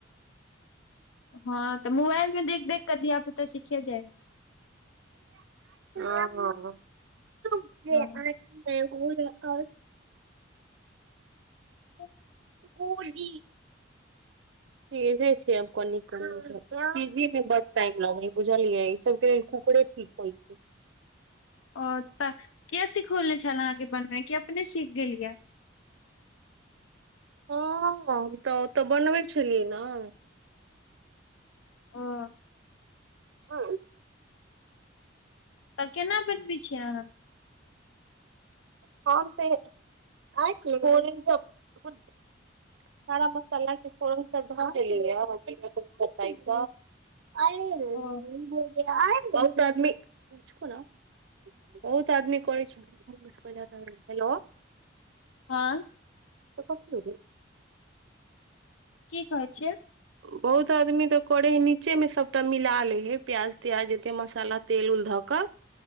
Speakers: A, on the left; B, on the right.
A: हाँ तऽ मोबाइल में देख देख कऽ धिया पुता सिखे जाइया
B: हँ
A: हँ <inaudible>
B: कोली सीझे छै आब कनि कनि क मे सोझी मे बड टाइम लगे बुझलियै सबकहे कुकड़े ठीक होय छै
A: ओतऽ के सिखोलने छले अहाँ के बनवे की अपने सीख गेलिये
B: हँ हम तऽ ओतऽ बनबै छलियै नऽ
A: <unintelligible>
B: <unintelligible>
A: तऽ केना बनबै छीयै आहाँ
B: <unintelligible> सारा मसाला के फोरन सब धऽ धेलीए <unintelligible> <unintelligible>
A: ओ
B: बहुत आदमी छोरो न बहुत आदमी करै छै <inaudible> ह हेलो
A: हाँ
B: तऽ कथी
A: की कहै छिए
B: बहुत आदमी तऽ करे है नीचे मे सबटा मिला ले हे प्याज त्याज जते मसाला तेल उल धऽ कऽ